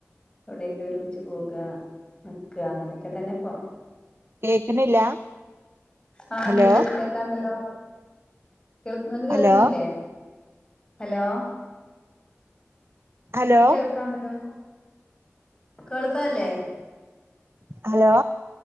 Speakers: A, on the left; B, on the right.
A: എവിടേലും ഒരുമിച്ച് പോകാ ന്ക്കാ അങ്ങനൊക്കെതന്നെപ്പൊ
B: കേക്കണില്ല
A: ആഹ്
B: ഹലോ
A: ണ്ട് കേക്കാണ്ടല്ലോ കേൾ ങ്ങക്ക് കേൾക്ക്ണില്ലേ
B: ഹലോ
A: ഹലോ
B: ഹലോ
A: ഇക്ക് കേൾക്കാണ്ടോ കേൾക്കല്ലേ
B: ഹലോ